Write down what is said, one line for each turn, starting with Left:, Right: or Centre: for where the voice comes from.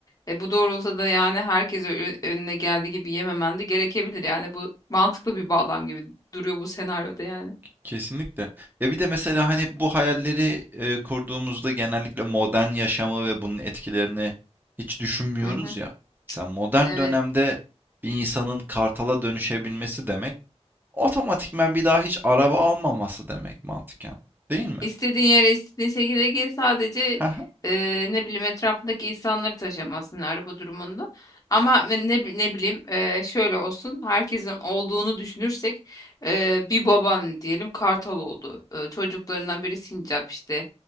Left: E, bu doğrultuda da yani herkese ö- önüne geldiği gibi yememen de gerekebilir yani bu mantıklı bir bağlam gibi duruyor bu senaryoda yani.
Right: Kesinlikle. Ya bir de mesela hani bu hayalleri e, kurduğumuzda genellikle modern yaşamı ve bunun etkilerini hiç düşünmüyoruz
Left: Hı hı.
Right: ya. Sen modern
Left: Ha, Evet.
Right: dönemde bir insanın kartala dönüşebilmesi demek Otomatikman bir daha hiç araba almaması demek mantıken. Değil mi?
Left: İstediğin yere istediğin şekilde gel sadece
Right: <laughs> Hı
Left: e, ne bileyim etrafındaki insanları taşımasın araba durumunda. Ama ne, ne ne bileyim e, şöyle olsun herkesin olduğunu düşünürsek e, bir baban diyelim kartal oldu. E, çocuklarından biri sincap işte.